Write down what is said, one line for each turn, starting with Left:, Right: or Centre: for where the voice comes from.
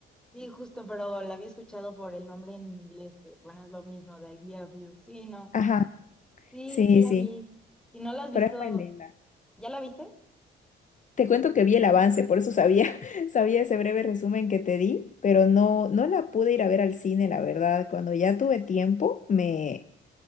Centre: Sí, justo, pero la había escuchado por el nombre en inglés, que bueno, es lo mismo, The Idea of You. Sí, no.
Left: Ajá,
Centre: Sí,
Left: sí,
Centre: sí la
Left: sí,
Centre: vi. Si no la has
Left: pero
Centre: visto,
Left: es muy linda.
Centre: ¿ya la viste?
Left: Te cuento que vi el avance, por eso sabía, <laughs> sabía ese breve resumen que te di, pero no, no la pude ir a ver al cine, la verdad. Cuando ya tuve tiempo, me